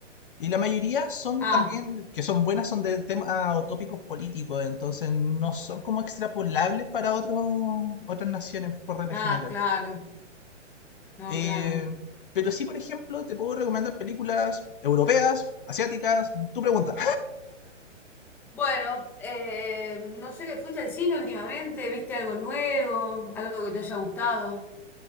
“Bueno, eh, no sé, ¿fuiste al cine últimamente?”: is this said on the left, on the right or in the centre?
Centre